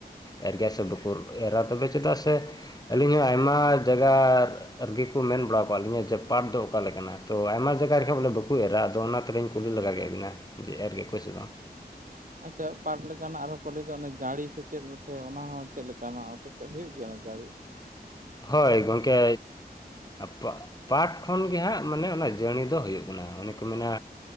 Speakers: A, on the left; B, on the right.
A: ᱮᱨ ᱜᱮᱭᱟ ᱥᱮ ᱵᱟᱠᱩ ᱮᱨᱟ ᱛᱚᱵᱮ ᱪᱮᱫᱟᱜ ᱥᱮ, ᱟᱹᱞᱤᱧ ᱦᱚᱸ ᱟᱭᱢᱟ ᱡᱟᱭᱜᱟ ᱟᱨᱜᱤ ᱠᱚ ᱢᱮᱱ ᱵᱟᱲᱟᱣ ᱠᱟᱜ ᱞᱤᱧᱟᱹ ᱡᱮ ᱯᱟᱴ ᱫᱚ ᱚᱠᱟᱞᱮᱱᱟᱜ, ᱛᱚ ᱟᱭᱢᱟ ᱡᱟᱭᱜᱟ ᱨᱮᱜ ᱵᱚᱞᱮ ᱵᱟᱠ ᱠᱩ ᱮᱨᱟ ᱟᱫᱚ ᱚᱱᱟ ᱛᱮᱞᱤᱧ ᱠᱩᱞᱤ ᱞᱮᱟᱜᱟ ᱠᱮᱫ ᱵᱤᱱᱟ, ᱡᱮ ᱮᱨ ᱜᱮᱭᱟᱠᱚ ᱥᱮ ᱵᱟᱝ?
B: <inaudible> ᱟᱪᱪᱷᱟ ᱯᱟᱴ ᱞᱮᱠᱟᱱᱟᱜ ᱟᱨᱦᱚᱸ ᱠᱚ ᱞᱟᱹᱭ ᱫᱚ ᱚᱱᱮ ᱡᱟᱹᱲᱤ ᱥᱮ ᱪᱮᱫ ᱚᱱᱟᱦᱚᱸ ᱪᱮᱫ ᱞᱮᱠᱟᱱᱟᱜ ᱚᱯᱮᱥᱮ ᱦᱩᱭᱩᱜ ᱜᱮᱭᱟ ᱡᱟᱹᱲᱤ
A: ᱦᱳᱭ ᱜᱚᱝᱠᱮ ᱯᱟ ᱯᱟᱴᱷ ᱠᱷᱚᱱ ᱜᱮ ᱦᱟᱸᱜ ᱢᱟᱱᱮ ᱚᱱᱟ ᱡᱟᱹᱱᱤ ᱫᱚ ᱦᱳᱭᱳᱜ ᱠᱟᱱᱟ ᱚᱱᱮ ᱠᱚ ᱢᱮᱱᱟ